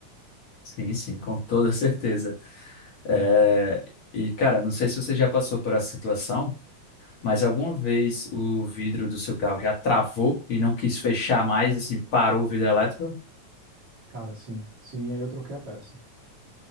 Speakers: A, on the left; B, on the right.
A: Sim, sim, com toda <laughs> certeza. É,
B: É,
A: e, cara, não sei se você já passou por essa situação, mas alguma vez o vidro do seu carro já travou e não quis fechar mais, assim, parou o vidro elétrico?
B: cara, sim. Sim, aí eu troquei a peça.